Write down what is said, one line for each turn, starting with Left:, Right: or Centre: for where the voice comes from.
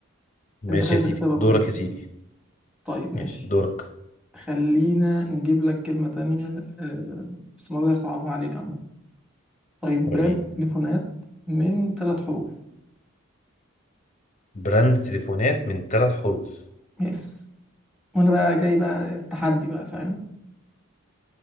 Left: ماشي
Centre: انت خايف
Left: يا سيدي
Centre: اكسبك
Left: دورك
Centre: وكده يعني.
Left: يا سيدي
Centre: طيب ماشي
Left: ماشي دورك
Centre: خلينا نجيب لك كلمة تانية آه... بس المرة دي هصعبها عليك عامة طيب
Left: وريني
Centre: براند تليفونات من ثلاث حروف
Left: براند تليفونات من ثلاث حروف
Centre: يس وانا بقى جاي بقى في تحدي بقى فاهم